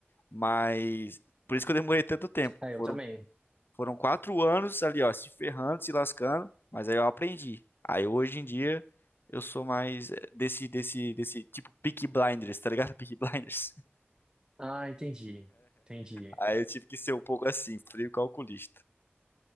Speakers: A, on the left; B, on the right.
A: mas por isso que eu demorei tanto tempo.
B: É, eu
A: Foram,
B: também.
A: foram quatro anos ali, ó, se ferrando, se lascando, mas aí eu aprendi. Aí hoje em dia eu sou mais eh, desse, desse, desse tipo Peaky Blinders, tá ligado? Peaky Blinders. <laughs>
B: Ah, entendi. Entendi.
A: Aí eu tive que ser um pouco assim, frio e calculista.